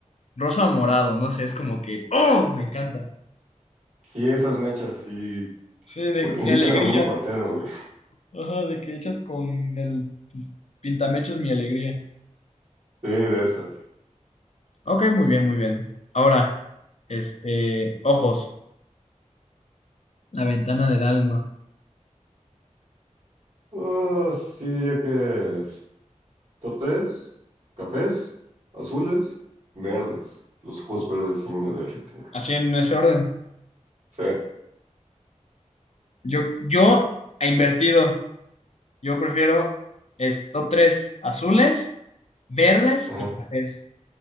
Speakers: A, on the left; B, on the right.
A: Rosa o morado, no sé, es como que, ¡oh! Me encanta.
B: sí, esas mechas así,
A: Sí, de
B: porque
A: mi
B: indican
A: alegría.
B: abandono partero, güey.
A: Ajá, de que echas con el pintamechos mi alegría.
B: Sí, de esas.
A: Ok, muy bien, muy bien. Ahora, este, ojos. La ventana del alma.
B: Ah, sí diría que top tres cafés, azules, verdes. Los ojos verdes sí me derriten. güey.
A: Así en ese orden.
B: Sí,
A: Yo, yo he invertido. Yo prefiero es top 3 azules, verdes
B: ajá,
A: y cafés.